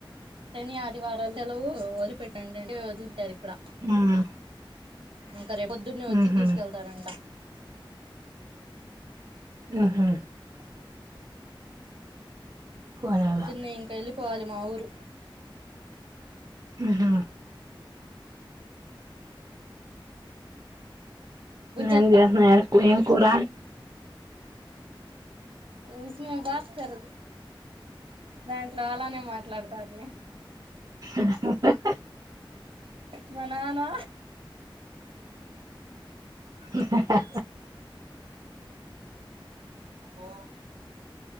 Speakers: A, on the right (about 80°); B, on the right (about 45°).
A: శని ఆదివారాలు సెలవు వదిలిపెట్టండి అండే వదిలితారు ఇక్కడ
B: ఉమ్
A: ఇంకా రేపు పొద్దున్న వచ్చి
B: ఉహు
A: తీసుకెళ్తారంట
B: ఉ హు
A: ఉ
B: పోనీలే
A: పొద్దున్నే ఇంక వెళ్ళిపోవాలి మా ఊరు
B: ఉహు
A: బుజ్జత్త
B: నేను ఏం చేయాలే ఏం కూర
A: ఉస్మే బాత్ కరో దాంట్లో అలానే మాట్లాడతాది
B: ఆ హా
A: మా నాన్న
B: ఆ హా
A: ఓ